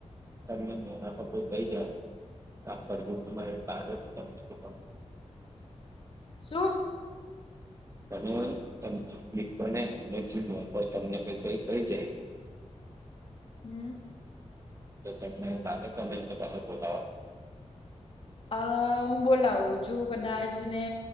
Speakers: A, on the right; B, on the left.
A: તમને મોના પપ ગઈ જાય રારું બધ
B: શું.
A: ત તને હમેથી મોફત તમને કઈ કઈ કઈ જાય.
B: હમ.
A: તો તમે કમેન્ટ પા બોલાવા.
B: અ હું બોલાવું છું કદાચ ને